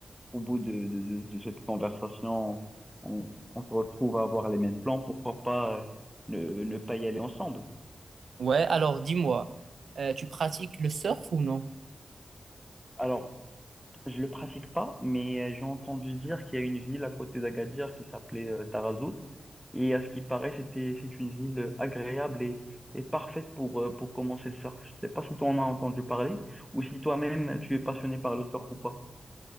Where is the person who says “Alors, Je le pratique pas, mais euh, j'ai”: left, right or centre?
Centre